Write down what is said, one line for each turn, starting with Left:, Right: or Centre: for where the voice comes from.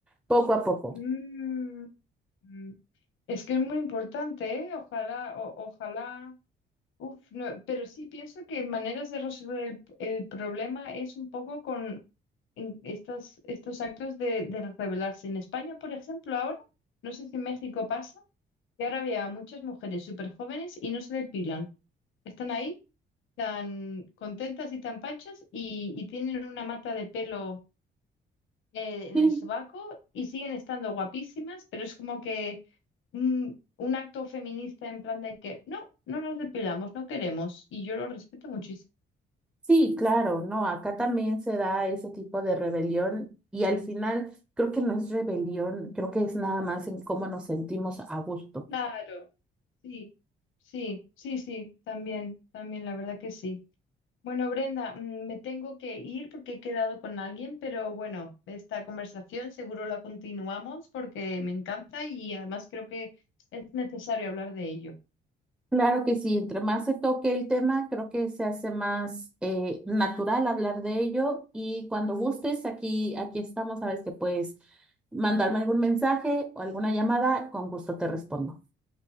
Centre: poco a poco.
Left: Mm, mm. Es que es muy importante, ¿eh? Ojalá, o- ojalá. Uf, no, pero sí pienso que maneras de resolver el, el problema es un poco con en- estas, estos actos de, de rebelarse. En España, por ejemplo, ahora, no sé si en México pasa, que ahora veo a muchas mujeres súper jóvenes y no se depilan. Están ahí tan contentas y tan panchas y, y tienen una mata de pelo eh, en
Centre: Sí,
Left: el sobaco y siguen estando guapísimas, pero es como que mm, un acto feminista en plan de que no, no nos depilamos, no queremos, y yo lo respeto muchísimo.
Centre: Sí, claro, no, acá también se da ese tipo de rebelión y al final creo que no es rebelión, creo que es nada más en cómo nos sentimos a gusto.
Left: Claro. Sí, sí, sí, sí, también, también, la verdad que sí. Bueno, Brenda, mm, me tengo que ir porque he quedado con alguien, pero bueno, esta conversación seguro la continuamos porque me encanta y además creo que es necesario hablar de ello.
Centre: Claro que sí, entre más se toque el tema, creo que se hace más eh, natural hablar de ello y cuando gustes, aquí, aquí estamos, sabes que puedes mandarme algún mensaje o alguna llamada, con gusto te respondo.